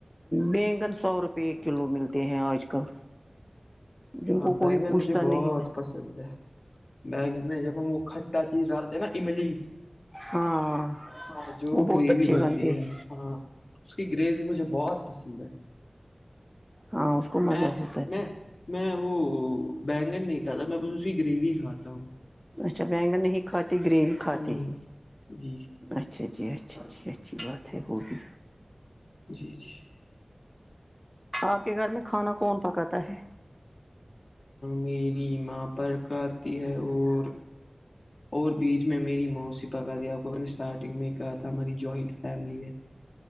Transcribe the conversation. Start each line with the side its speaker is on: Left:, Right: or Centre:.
Centre: بیگن سو روپئے ایک کلو ملتے ہیں آج کل جن
Left: ہاں
Centre: کو کوئی
Left: بینگن
Centre: پوچھتا
Left: مجھے
Centre: نہیں
Left: بہت پسند ہے بیگ میں جب ہم وہ کھٹا چیز ڈالتے ہیں نا املی
Centre: ہاں
Left: آاں جو وہ
Centre: بہت
Left: گریوی
Centre: اچھے
Left: بنتی
Centre: بنتے ہیں
Left: ہے ہاں اس کی گریوی مجھے بہت پسند ہے
Centre: ہاں اس کو مزہ
Left: میں
Centre: ہوتا ہے
Left: میں میں وہ بینگن نہیں کھاتا میں بس اس کی گریوی کھاتا ہوں
Centre: اچھا بینگن نہیں کھات گریوی کھاتاتی
Left: نہیں
Centre: ہی
Left: جی
Centre: اچھا جی اچھا جی اچھی بات ہے وہ بھی
Left: جی جی
Centre: آپ کے گھر میں کھانا کون پکاتا ہے
Left: میری ماں پر کہتی ہے اور اور بیچ میں میری موتسیی پکا دی آپ کو میں نے اسٹارٹنگ میں ہی کہا تھا ہماری جوائنٹ فیملی ہے